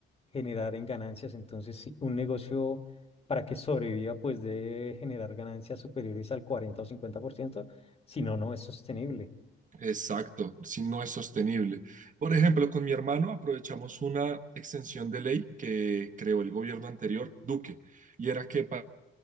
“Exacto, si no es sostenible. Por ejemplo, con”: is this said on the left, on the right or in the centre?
Right